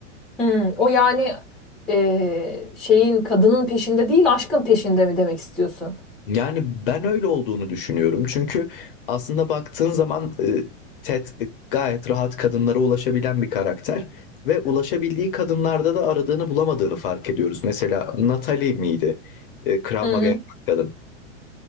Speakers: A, in the centre; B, on the left (about 45°).
A: Hı, O yani eee, şeyin kadının peşinde değil aşkın peşinde mi demek istiyorsun?
B: Yani ben öyle olduğunu düşünüyorum. Çünkü aslında baktığın zaman e, Ted gayet rahat kadınlara ulaşabilen bir karakter ve ulaşabildiği kadınlarda da aradığını bulamadığını fark ediyoruz. Mesela Natalie miydi? E, Krav
A: Hı hı.
B: Maga yapan kadın.